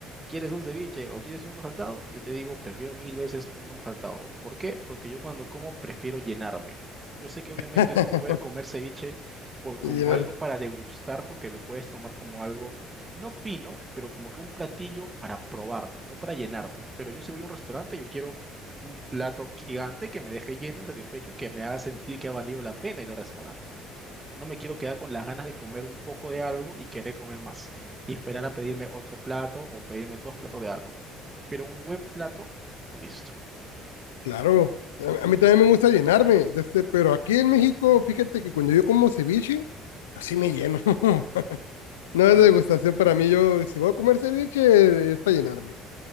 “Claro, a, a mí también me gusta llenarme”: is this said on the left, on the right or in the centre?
Left